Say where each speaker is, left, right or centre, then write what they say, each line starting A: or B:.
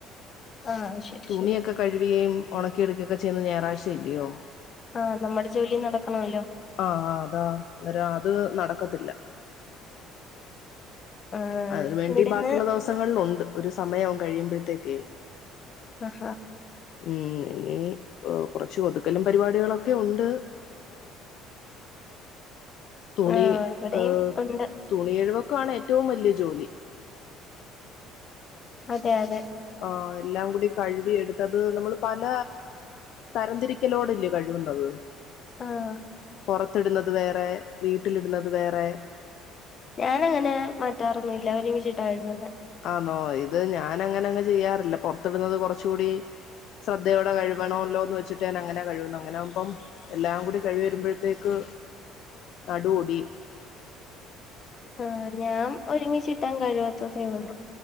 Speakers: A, on the left; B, on the left.
A: ആഹ് ശരി
B: തുണിയൊക്കെ
A: ശരി
B: കഴുവിയേം ഒണക്കിടുക്കയൊക്കെ ചെയ്യുന്ന ഞായറാഴ്ചയല്ലിയോ
A: ആഹ് നമ്മുടെ ജോലി നടക്കണമല്ലോ
B: ആ അതാ അന്നേരം അത് നട ക്കത്തില്ല
A: ആഹ്
B: അതിന് വേണ്ടി
A: ഇവിടുന്ന്
B: ബാക്കിയുള്ള ദിവസങ്ങളിലുണ്ട് ഒരു സമ കഴിയുമ്പഴത്തേക്കെ
A: ആഹ
B: മ് ഇനി കൊറച്ച് ഒതുക്കല്ലും പരിപാടികളൊക്കെ ഒണ്ട് തുണി
A: ആഹ്
B: <unintelligible>
A: ഇവിടെയും ഉണ്ട്
B: തുണിയരുവക്കാണ് എ ഏറ്റവും വലിയ ജോലി
A: അതെ അതെ
B: ആ എല്ലാം കൂടി കഴുകിയെടുത്തത് നമ്മൾ പല തരംതിരിക്കലോടല്ലെ കഴുകുന്നത്
A: ആഹ്
B: പൊറത്തിടുന്നത് വേറെ വീട്ടിലിടുന്നത് വേറെ
A: ഞാൻ അങ്ങനെ മാറ്റാറൊന്നുല്ല ഒരുമിച്ച് ഇട്ടാ കഴുകുന്നെ
B: ആന്നോ ഇത് ഞാൻ അങ്ങനെ അങ്ങനെങ്ങു ചെയ്യാറില്ല പൊറത്തിടുന്നത് കുറച്ച് കൂടി ശ്രദ്ധയോടെ കഴിവണല്ലോന്ന് വെച്ചിട്ട് ഞാൻ അങ്ങനെ കഴിവുനെ അങ്ങനാവുമ്പം എല്ലാം കൂടി കഴിക്കി വരുമ്പോഴത്തേക്ക് നടു ഓടിയും
A: ആ ഞാൻ ഒരുമിച്ചിട്ടങ്ങു കഴിവത്താതെ ഉള്ളൂ